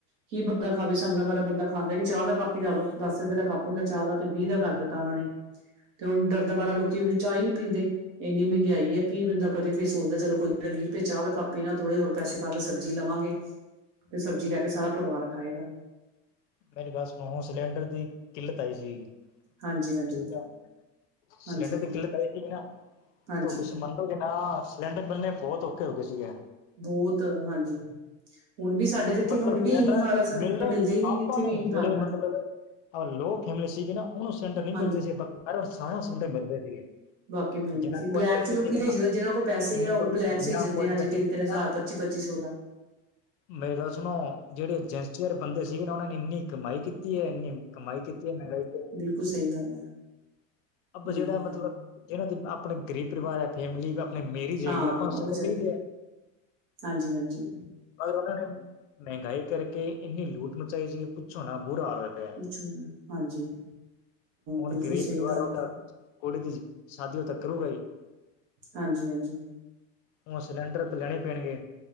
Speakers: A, on the right (about 40°); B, on the left (about 85°).
A: ਕੀ ਬੰਦਾ ਖਾਵੇ ਸੰਗਦਾ ਮਾਰਾ ਬੰਦਾ ਖਾਂਦਾ ਨੀ, ਚਾਹ ਦਾ ਕੱਪ ਪੀ ਈ ਲਾ ਲੋ ਦਸ ਰੁਪਏ ਦਾ ਕਪ ਉਹਨਾਂ ਚਾਹ ਦਾ ਤੇ ਵੀਹ ਦਾ ਕਰ ਦਿੱਤਾ ਉਹਨਾਂ ਨੇ, ਤੇ ਹੁਣ ਡਰਦਾ ਮਾਰਾ ਲੋਕੀ ਚਾਹ ਹੀ ਨਹੀ ਪੀਂਦੇ ਇੰਨੀ ਮਹਿੰਗਾਈ ਹੈ ਕੀ ਬੰਦਾ ਕਦੇ ਫੇਰ ਸੋਚਦਾ ਚਲੋ ਕੋਈ ਨਾ ਵੀਹ ਰੁਪਏ ਚਾਹ ਦਾ ਕੱਪ ਪੀਵਾ ਥੋੜੇ ਹੋਰ ਪੈਸੇ ਪਾ ਕੇ ਸਬਜ਼ੀ ਲਵਾਂ। ਗੇ ਤੇ ਸਬਜ਼ੀ ਲੈ ਕੇ ਸਾਰਾ ਪਰਿਵਾਰ ਖਾਏਗਾ
B: ਮੇਰੀ ਗੱਲ ਸੁਣੋ ਸਿਲੰਡਰ ਦੀ ਕਿੱਲਤ ਆਈ ਸੀਗੀ
A: ਹਾਂਜੀ ਹਾਂਜੀ
B: ਠੀਕ ਆ, ਸਿਲੰਡਰ
A: ਹਾਂਜੀ
B: ਤੇ ਕਿੱਲਤ ਆਈ ਸੀ ਨਾ
A: ਹਾਂਜੀ
B: ਤ ਤੁਸੀਂ ਮੰਨੋਗੇ ਨਾ ਸਿਲੰਡਰ ਮਿਲਣੇ ਬਹੁਤ ਔਖੇ ਹੋ ਗਏ ਸੀਗੇ
A: ਬਹੁਤ ਹਾਂਜੀ ਹੁਣ ਵੀ ਸਾਡੇ ਜਿੱਥੇ
B: ਤੇ ਮਤਲਬ
A: ਹੁਣ
B: ਸਿਲੰਡਰ
A: ਵੀ ਇਹੀ ਹਾਲ ਆ
B: ਮਿਲਨੇ
A: ਮਿਲਦੇ ਹੀ ਨਹੀਂ
B: ਆਪਾਂ
A: ਇੱਥੇ
B: ਨੂੰ
A: ਵੀ ਇਹੀ
B: ਜਿਹੜੇ
A: ਹਾਲ ਹਾਂਜੀ
B: ਮਤਲਬ ਆ ਲੋਕ ਫੈਮਿਲੇ ਸੀਗੇ ਨਾ, ਉਹਨੂੰ ਸਿਲੰਡਰ ਨਹੀਂ
A: ਹਾਂਜੀ
B: ਮਿਲ ਰਹੇ ਸੀ ਬਾਕੀ ਸਾਰਿਆਂ ਸਿਲੰਡਰ ਮਿਲ ਰਹੇ ਸੀਗੇ
A: ਬਾਕੀ ਮਿਲਦੇ
B: ਜਿਹਨਾਂ
A: ਸੀ,
B: ਕੋਲ
A: ਬਲੈਕ
B: ਪੈਸੇ
A: ਚ ਲੋਕੀ
B: ਸੀਗੇ
A: ਲਈ
B: ਨਾ
A: ਜਾਂਦੇ ਜਿਹਨਾਂ ਕੋਲ ਪੈਸੇ
B: ਜਿਨਾਂ
A: ਆ, ਉਹ
B: ਕੋਲ
A: ਬਲੈਕ
B: ਜਿਨਾਂ
A: ਚ ਲਈ ਜਾਂਦੇ
B: ਕੋਲ
A: ਹਜੇ
B: ਪੈਸੇ
A: ਤਿੰਨ-
B: ਸੀਗੇ
A: ਤਿੰਨ ਹਜ਼ਾਰ
B: ਨਾ
A: ਪੱਚੀ ਪੱਚੀ ਪੱਚੀ ਸੌ ਦਾ
B: ਮੇਰੀ ਗੱਲ ਸੁਣੋ, ਜਿਹੜੇ ਏਜੰਸੀ ਬੰਦੇ ਸੀਗੇ ਨਾ ਉਹਨਾਂ ਨੇ ਇੰਨੀ ਕਮਾਈ ਕੀਤੀ ਕੀਤੀ ਹੈ ਇੰਨੀ ਕਮਾਈ ਕੀਤੀ ਹੈ, ਮਹਿੰਗਾਈ ਕੀਤੀ
A: ਬਿਲਕੁਲ ਸਹੀ ਗੱਲ ਹੈ ਹਮ
B: ਜਿਹੜਾ ਮਤਲਬ ਜਿਨਾਂ ਦੇ ਆਪਣੇ ਗਰੀਬ ਪਰਿਵਾਰ ਹੈ, ਫੈਮਿਲੀ ਨਹੀਂ ਮੇਰੀ ਜਾ
A: ਹਾਂ
B: ਹੈਗੀ, ਆਪਾਂ
A: ਉਹ ਵਿਚਾਰੇ
B: ਕਹੀਦੇ
A: ਹਾਂਜੀ ਹਾਂਜੀ
B: ਉਹਨਾਂ ਨੇ ਮਹਿੰਗਾਈ ਕਰਕੇ ਇੰਨੀ ਲੂਟ ਮਚਾਈ ਸੀਗੀ ਪੁੱਛੋ ਨਾ ਬੁਰਾ ਹਾਲ ਹੋਇਆ ਪਿਆ,
A: ਪੁੱਛੋ ਨਾ ਹਾਂਜੀ ਹਾਂ
B: ਹੁਣ
A: ਬਿਲਕੁਲ
B: ਗਰੀਬ
A: ਸਹੀ
B: ਪਰਿਵਾਰ
A: ਗੱਲ ਹੈ,
B: ਕੁੜੀ ਦੀ ਸ਼ਾਦੀ ਹੋ ਤਾਂ ਕਰੂਗਾ ਈ
A: ਹਾਂਜੀ -ਹਾਂਜੀ।
B: ਉਹ ਸਿਲੰਡਰ ਤੇ ਲੈਣੇ ਪੈਣਗੇ